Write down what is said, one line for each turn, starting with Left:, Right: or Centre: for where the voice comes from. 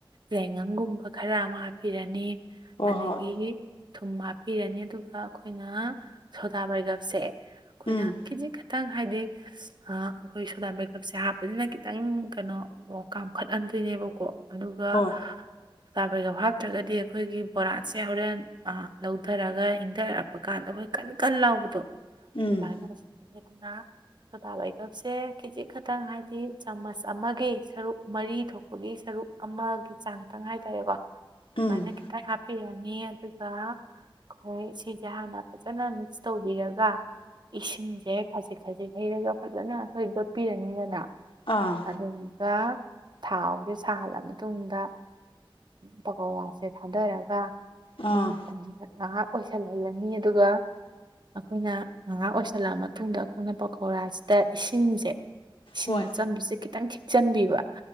Right: ꯌꯥꯏꯉꯪꯒꯨꯝꯕ ꯈꯔ ꯑꯃ ꯍꯥꯞꯄꯤꯔꯅꯤ
Left: ꯍꯣꯏ
Right: ꯑꯗꯒꯤ
Left: ꯍꯣꯏ
Right: ꯊꯨꯝ ꯍꯥꯞꯄꯤꯔꯅꯤ ꯑꯗꯨꯒ ꯑꯩꯈꯣꯏꯅ ꯁꯣꯗꯥ ꯕꯥꯏꯒꯞꯁꯦ ꯑꯩꯈꯣꯏꯅ
Left: ꯎꯝ
Right: ꯀꯦꯖꯤ ꯈꯛꯇꯪ ꯍꯥꯏꯗꯤ ꯑꯥ ꯑꯩꯈꯣꯏ ꯁꯣꯗꯥ ꯕꯦꯀꯞꯁꯦ ꯍꯥꯞꯄꯅꯤꯅ ꯈꯤꯇꯪ ꯀꯩꯅꯣ ꯀꯥꯝꯈꯠꯍꯟꯗꯣꯏꯅꯦꯕꯀꯣ ꯑꯗꯨꯒ
Left: ꯍꯣꯏ
Right: ꯁꯣꯗꯥ ꯕꯦꯀꯞꯁꯦ ꯍꯥꯞꯇ꯭ꯔꯒꯗꯤ ꯑꯩꯈꯣꯏꯒꯤ ꯕꯣꯔꯥꯁꯦ ꯍꯣꯔꯦꯟ ꯂꯧꯊꯔꯒ ꯏꯪꯊꯔꯛꯄ ꯀꯥꯟꯗ ꯑꯩꯈꯣꯏ ꯀꯟ ꯀꯟ ꯂꯥꯎꯕꯗꯣ
Left: ꯎꯝ
Right: ꯑꯗꯨꯃꯥꯏꯅꯅ ꯁꯣꯗꯥꯕꯩꯒꯞꯁꯦ ꯀꯦꯖꯤꯛ ꯈꯛꯇꯪ ꯍꯥꯏꯗꯤ ꯆꯥꯃꯁ ꯑꯃꯒꯤ ꯁꯔꯨꯛ ꯃꯔꯤ ꯊꯣꯛꯄꯒꯤ ꯁꯔꯨꯛ ꯑꯃꯒꯤ ꯆꯥꯡꯇꯪ ꯍꯥꯏꯇꯥꯔꯦꯀꯣ ꯑꯗꯨꯃꯥꯏꯅ
Left: ꯎꯝ
Right: ꯈꯤꯇꯪ ꯍꯥꯞꯄꯤꯔꯅꯤ ꯑꯗꯨꯒ ꯑꯩꯈꯣꯏ ꯁꯤꯁꯦ ꯍꯥꯟꯅ ꯐꯖꯅ ꯃꯤꯛꯁ ꯇꯧꯕꯤꯔꯒ ꯏꯁꯤꯡꯁꯦ ꯈꯖꯤꯛ ꯈꯖꯤꯛ ꯍꯩꯔꯒ ꯐꯖꯅ ꯑꯩꯈꯣꯏ ꯗꯣꯠꯄꯤꯔꯅꯤꯗꯅ
Left: ꯑꯥ
Right: ꯑꯗꯨꯒ ꯊꯥꯎꯁꯦ ꯁꯥꯍꯜꯂ ꯃꯇꯨꯡꯗ ꯄꯀꯧꯋꯥꯁꯦ ꯊꯥꯗꯔꯒ
Left: ꯑꯥ
Right: ꯑꯗꯨꯝ ꯉꯥꯏꯍꯥꯛ ꯑꯣꯏꯁꯜꯍꯜꯂꯅꯤ ꯑꯗꯨꯒ ꯑꯩꯈꯣꯏꯅ ꯉꯥꯏꯍꯥꯥꯛ ꯑꯣꯏꯁꯜꯂꯛꯑ ꯃꯇꯨꯡꯗ ꯑꯩꯈꯣꯏꯅ ꯄꯀꯧꯔꯥꯁꯤꯗ ꯏꯁꯤꯡꯁꯦ ꯏꯁꯤꯡ
Left: ꯍꯣꯏ
Right: ꯑꯆꯝꯕꯁꯦ ꯈꯤꯇꯪ ꯊꯈꯤꯆꯟꯕꯤꯕ